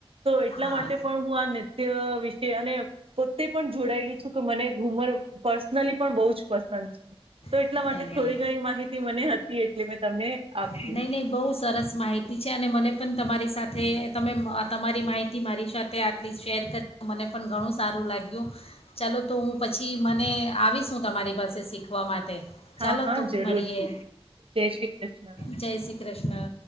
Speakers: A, on the right; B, on the left.
A: તો એટલા
B: હા
A: માટે પણ હું આ નૃત્ય વી છે અને પોતે પણ જોડાયેલી શું કે મને ઘુમર પર્સ- નલી પણ બહુ જ પસંદ છે. તો
B: નહીં
A: એટલા માટે
B: નહીં
A: થોડી ઘણી માહિતી મને હતી, એટલે મેં તમને આપી.
B: નહીં નહીં બહુ સરસ માહિતી છે અને મને પણ તમારી સાથે તમે તમારી માહિતી મારી સાથે આટલી શેર કરી મને પણ ઘણું સારું લાગ્યું. ચાલો તો હું પછી મને આવીશ હું તમારી પાસે શીખવા માટે.
A: હા,
B: ચાલો
A: હા,
B: તો
A: જરૂરથી.
B: મળીએ
A: જય શ્રી કૃષ્ણ.
B: જય શ્રી કૃષ્ણ